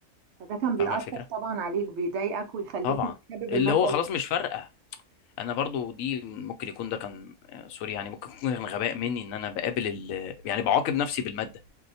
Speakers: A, on the right; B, on the left.
A: فده كان بيأثر
B: فاهمه الفكره
A: طبعا عليك بيضايقك ويخليك
B: طبعا
A: مش حابب
B: اللي
A: الماده
B: هو خلاص
A: اللي.
B: مش فارقه انا برضه دي ممكن يكون ده كان آه، سوري يعني ممكن يكون كان غباء مني ان انا بقابل ال... يعني بعاقب نفسي بالماده